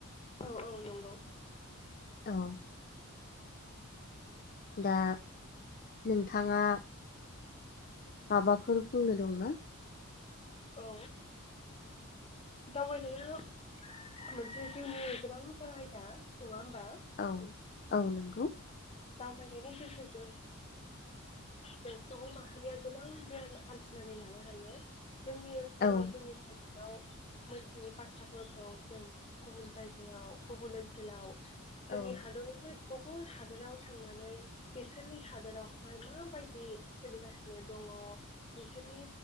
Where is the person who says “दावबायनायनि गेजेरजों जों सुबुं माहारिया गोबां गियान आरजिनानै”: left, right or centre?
Left